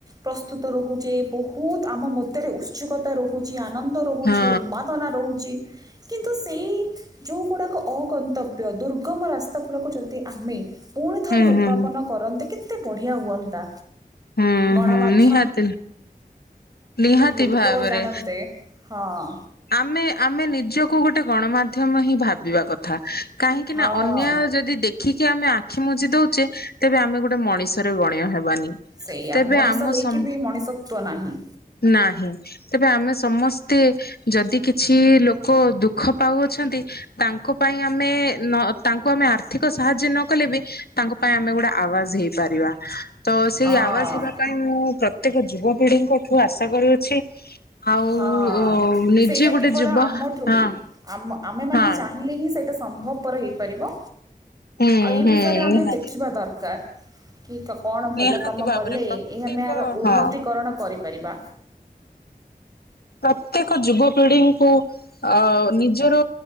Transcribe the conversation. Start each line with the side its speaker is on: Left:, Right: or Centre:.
Right: ପ୍ରସ୍ତୁ ରହୁଛେ ବହୁତ ଆମ ମଧ୍ୟରେ ଉତ୍ସୁକତା ରହୁଛି। ଆନନ୍ଦ ରହୁଛି
Left: ହଁ
Right: ଉନ୍ମାଦନା ରହୁଛି। କିନ୍ତୁ ସେଇ ଯଉ ଗୁଡ଼ାକ ଅଗନ୍ତବ୍ୟ ଦୁର୍ଗମ ରାସ୍ତା ଗୁଡ଼ାକୁ ଯଦି ଆମେ ପୁଣି ଥରେ
Left: ହୁଁ
Right: ଉଦ୍ଭାବନ
Left: ହୁଁ
Right: କରନ୍ତେ କି ଏତେ ବଢ଼ିଆ ହୁଅନ୍ତା।
Left: ହୁଁ
Right: ଗଣମାଧ୍ୟ
Left: ହୁଁ ନିହାତି ନିହାତି
Right: ଲୋକ
Left: ଭାବରେ
Right: ଜାଣନ୍ତେ ହଁ
Left: ଆମେ ଆମେ ନିଜକୁ ଗୋଟେ ଗଣମାଧ୍ୟମ ହିଁ ଭାବିବା କଥା କାହିଁକି
Right: ହଁ
Left: ନା ଅନ୍ୟାୟ ଯଦି ଦେଖିକି ଆମେ ଆ ଆଖି ମୁୁଜି ଦଉଛେ ତେବେ ଆମେ ଗୋଟେ ମଣିଷରେ ଗଣୀୟ ହେବାନି।
Right: ସେଇୟା
Left: ତେବେ
Right: ମଣିଷ
Left: ଆମ
Right: ହେଇକି
Left: ସମ
Right: ବି ମଣିଷତ୍ଵ ନାହିଁ।
Left: ନାହିଁ ତେବେ ଆମେ ସମସ୍ତେ ଯଦି କିଛି ଲୋକ ଦୁଃଖ ପାଉଅଛନ୍ତି ତାଙ୍କ ପାଇଁ ଆମେ ତାଙ୍କୁ ଆମେ ଆର୍ଥିକ ସାହାଯ୍ୟ ନ କଲେ ବି ତାଙ୍କ ପାଇଁ ଆମେ ଗୋଟେ ଆବାଜ ହେଇପାରିବା ସେ
Right: ହଁ
Left: ଆ ବା ସୁଧା କ ମୁଁ ପ୍ରତ୍ୟେକ ଯୁବପିଢିଙ୍କ ଠୁ ଆଶା କରୁଅଛି ଆଉ
Right: ହଁ
Left: ନିଜେ
Right: ସେଇଟା
Left: ଗୋଟେ
Right: କେବଳ
Left: ଯୁବ
Right: ଆମଠୁ
Left: ହଁ
Right: ବି ଆମ ଆମେ ମାନେ
Left: ହଁ
Right: ଚାହିଁଲେ ହିଁ ସେ ସମ୍ଭବପର ହେଇପାରିବ
Left: ହୁଁ
Right: ଆଉ ଏ
Left: ହୁଁ
Right: ବିଷୟରେ ଆମେ
Left: ନିହାତି
Right: ଦେଖିବା ଦରକାର କି କଣ ଭଲ
Left: ନିହାତି
Right: କାମ
Left: ଭାବରେ
Right: କଲେ
Left: ପ୍ରତ୍ୟେକ
Right: ଏ ଆମେ ଏହାର ଉନ୍ନତିକରଣ
Left: ହଁ
Right: କରିପାରିବା
Left: ପ୍ରତ୍ୟେକ ଯୁବପିଢିଙ୍କୁ ଅ ନିଜର